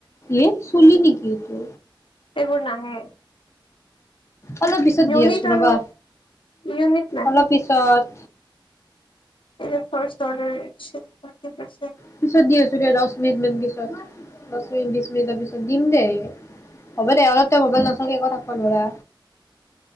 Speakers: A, on the left; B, on the left.
A: এ চুলি নেকি এইটো
B: এইবোৰ নাহে
A: অলপ পিছত
B: ইউনিট
A: দি আছো ৰবা
B: আৰু ইউনিট
A: অলপ পিছত
B: এ ৰ্ফাষ্ট অডাৰ
A: পিছত দি আছো দে দহ মিনিট মান পিছত। দহ মিনিট বিশ মিনিটৰ পিছত দিম দেই, হ'ব দে অলপ তই ম'বাইল নাচোৱাকে থাকিব নোৱাৰা।